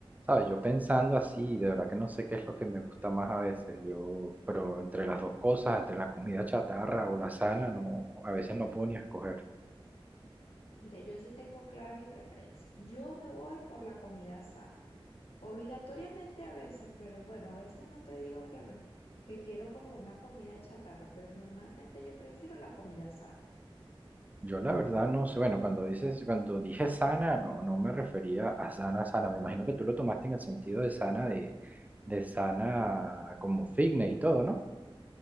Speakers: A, on the right; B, on the left.
A: ¿Sabes? Yo pensando así, de verdad que no sé qué es lo que me gusta más a veces. Yo, pero entre las dos cosas, entre la comida chatarra o la sana, no, a veces no puedo ni escoger.
B: Mira, yo sí tengo clara mi preferencia. Yo me voy por la comida sana. Obligatoriamente a veces, pero bueno, a veces no te digo que, que quiero como una comida chatarra, pero normalmente yo prefiero la comida sana.
A: Yo la verdad no sé, bueno, cuando dices, cuando dije sana, no, no me refería a sana, sana. Me imagino que tú lo tomaste en el sentido de sana de, de sana como fitness y todo, ¿no?